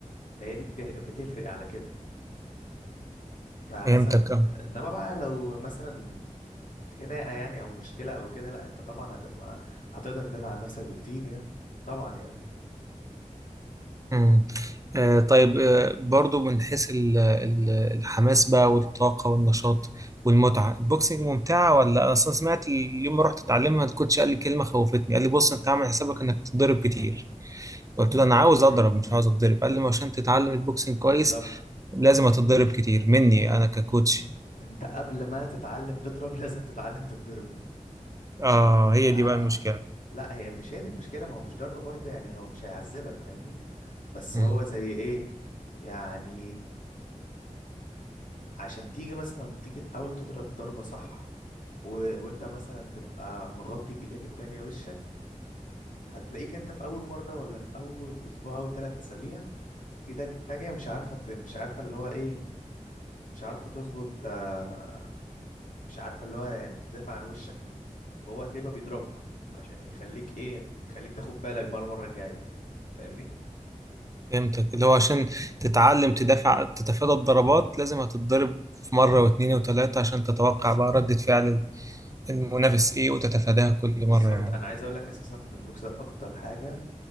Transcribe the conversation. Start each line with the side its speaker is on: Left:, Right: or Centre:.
Left: فهي دي بت- بتفرق على كده فمثلا
Right: فهمتك اه
Left: إنما بقى لو مثلا خناقة يعني أو مشكلة أو كده لأ أنت طبعا هتبقى هتقدر تدافع عن نفسك بكتير يعني طبعا يعني
Right: مم. آه طيب آه برضو من حيث ال- ال- الحماس بقى والطاقة والنشاط والمتعة البوكسنج ممتعة ولا أنا أصلا سمعت اليوم ما رحت أتعلمها الكوتش قال لي كلمة خوفتني قال لي بص أنت عامل حسابك إنك تتضرب كتير قلت له أنا عاوز أضرب مش عاوز أتضرب قال لي ما عشان تتعلم البوكسنج كويس
Left: بالظبط
Right: لازم أتضرب كتير مني
Left: أنت
Right: أنا ككوتش
Left: أنت قبل ما تتعلم تضرب <laughs> لازم تتعلم تتضرب
Right: آه هي
Left: آه
Right: دي بقى المشكلة
Left: لا هي مش هي دي المشكلة ما هو مش ضربة برضه يعني هو مش هيعذبك فاهمني بس
Right: مم.
Left: هو زي ايه يعني عشان تيجي مثلا تيجي تحاول تضرب ضربة صح و... وانت مثلا تبقى مغطي بايدك التانية وشك هتلاقيك انت في اول مرة ولا في اول اسبوع اول ثلاث اسابيع ايدك التانية مش عارفة ت- مش عارفة اللي هو ايه مش عارفة تظبط آه، مش عارفة اللي هو يعني تدافع عن وشك وهو هتلاقيه بقى بيضربك عشان يخليك ايه يخليك تاخد بالك بقى المرة الجاية فاهمني
Right: فهمتك اللي هو عشان تتعلم تدافع تتفادى الضربات لازم هتتضرب في مرة واثنين وثلاثة عشان تتوقع بقى ردة فعل المنافس ايه وتتفاداها كل
Left: بالظبط
Right: مرة يعني
Left: انا عايز اقول لك اساسا ان البوكس ده اكتر حاجة